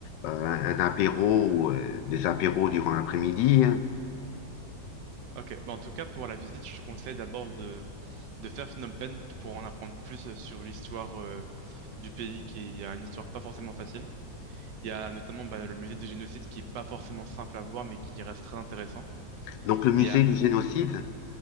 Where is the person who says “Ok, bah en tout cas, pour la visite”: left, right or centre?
Right